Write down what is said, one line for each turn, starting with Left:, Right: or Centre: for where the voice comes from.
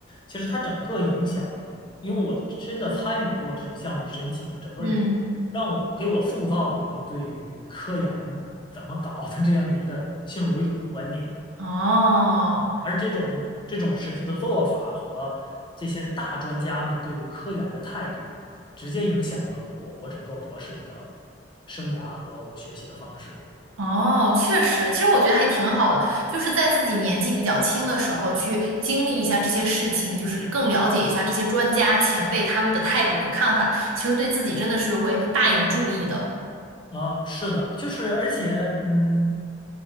Left: 其实它整个影响了我因为我真的参与过这种项目的申请，整个一
Right: 嗯
Left: 让我给我塑造了一个对于科研怎么搞的这样的一个先入为主的观念。
Right: 哦
Left: 啊，而这种这种实际的做法和这些大专家们对于科研的态度，直接影响了我我整个博士的生涯和我学习的方式
Right: 哦，确实，其实我觉得还挺好的，就是在自己年纪比较轻的时候去经历一下这些事情，就是更了解一下这些专家前辈他们的态度和看法，其实对自己真的是会大有注意的。
Left: 啊。是的，就是而且嗯。